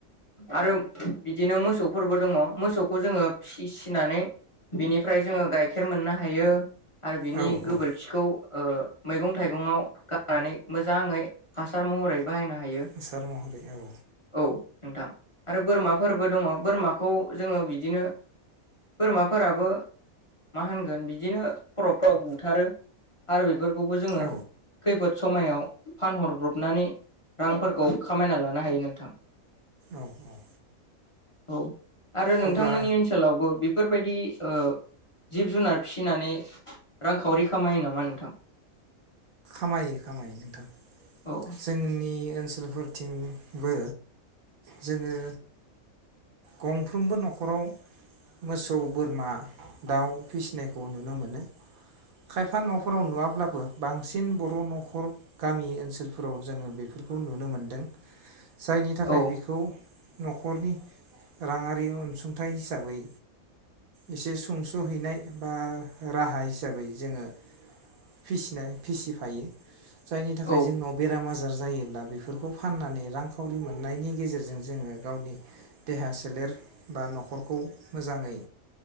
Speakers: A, on the left; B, on the right.
A: आरो बिदिनो मोसौफोरबो दङ मोसौखौ जोङो फिसिनानै बिनिफ्राय जोङो गाइखेर मोननो हायो। आरो बिनि
B: औ
A: गोबोरखिखौ
B: औ
A: ओ मैगं थाइगंआव गार नानै मोजाङै हासार महरै बाहायनो हायो
B: हासार महरै औ
A: औ नोंथां। आरो बोरमाफोरबो दङ बोरमाखौ जोङो बिदिनो बोरमाफोराबो मा होनगोन बिदिनो खरमफ्राव बुथारो आरो बे फोरखौबो जोङो
B: औ
A: समायाव फानहरब्रबनानै रांफोरखौ खामायना लानो हायो नोंथां।
B: औ औ
A: औ। आरो नोंथांमोननि
B: अब्ला
A: ओनसोलावबो बेफोरबायदि ओ जिब जुनार फिसिनानै रांखावरि खामायो नामा नोंथां?
B: खामायो खामायो नोंथां।
A: औ
B: जोंनि ओनसो लफोर थिंनि बो जोङो गंफ्रोमबो नखराव मोसौ बोरमा दाउ फिसिनायखौ नुनो मोनो। खायफा नफोराव नुवाब्लाबो। बांसि सिन बर नखर गामि ओनसोलफोराव जोङो बेफोरखौ नुनो मोनदों। जायनि थाखाय
A: औ
B: बिखौ। नखरनि राङारि अनसुंथाइ हिसाबै एसे सुंसहैनाय बा राहा हिसाबै जोङो फिसिनाय। फिसिफायो। जायनि थाखाय
A: औ
B: जोंनाव बेराम आजार। जायोब्ला बेफोरखौ फाननानै रांखावरि मोननायनि गेजेरजों जोङो गावनि देहा सोलेर बा नखरखौ मोजाङै